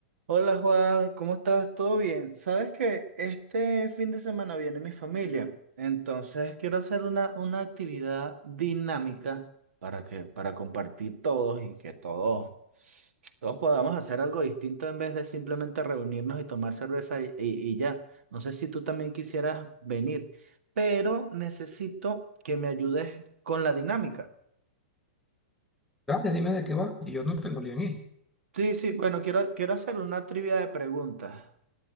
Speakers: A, on the right (about 75°); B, in the centre.
A: Hola Juan, ¿cómo estás? ¿Todo bien? Sabes que este fin de semana viene mi familia, entonces quiero hacer una, una actividad dinámica para que, para compartir todos y que todos, todos podamos hacer algo distinto en vez de simplemente reunirnos y tomar cerveza y, y- y ya. No sé si tú también quisieras venir, pero necesito que me ayudes con la dinámica.
B: Dale, dime de qué va. Y yo no tengo lío en ir.
A: Sí, sí, bueno, quiero, quiero hacer una trivia de preguntas.